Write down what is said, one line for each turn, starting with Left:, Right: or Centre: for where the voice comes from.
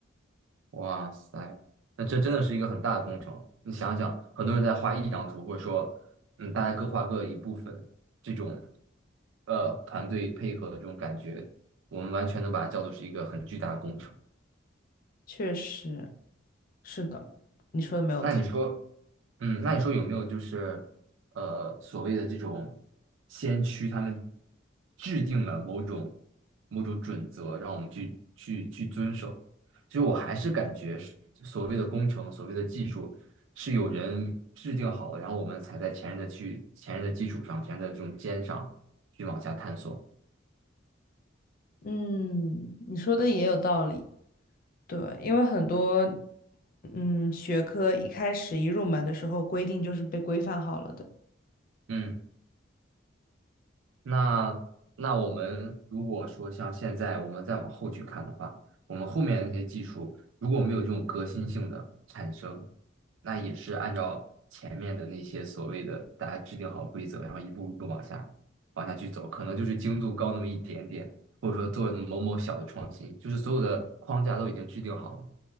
Right: 哇塞，那这真的是一个很大的工程了。你想想，很多人在画一张图，或者说，嗯，大家各画各一部分，这种呃团队配合的这种感觉，我们完全能把它叫做是一个很巨大的工程。
Left: 确实是的，你说的没有错。
Right: 那你说，嗯，那你说有没有就是呃所谓的这种先驱，他们制定了某种某种准则，让我们去去去遵守？其实我还是感觉是所谓的工程，所谓的技术，是有人制定好了，然后我们才在前人的去前人的基础上，前人的这种肩上去往下探索。
Left: 嗯，你说的也有道理。对，因为很多嗯学科一开始一入门的时候规定就是被规范好了的。
Right: 嗯。那那我们如果说像现在我们再往后去看的话，我们后面那些技术如果没有这种革新性的产生，那也是按照前面的那些所谓的大家制定好规则，然后一步一步往下往下去走，可能就是精度高那么一点点，或者说做某某小的创新，就是所有的框架都已经制定好了，